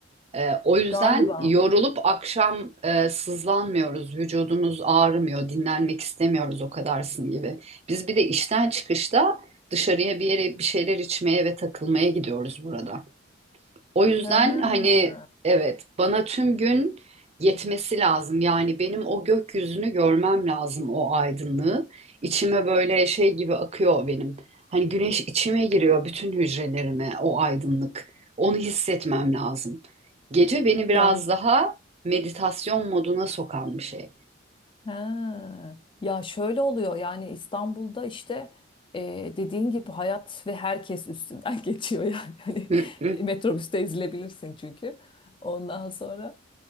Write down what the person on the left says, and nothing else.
galiba.
Ha.
Ya
ha. Ya şöyle oluyor yani İstanbul'da işte e, dediğin gibi hayat ve herkes üstünden <laughs> geçiyor yani. Hani
metrobüste ezilebilirsin çünkü. Ondan sonra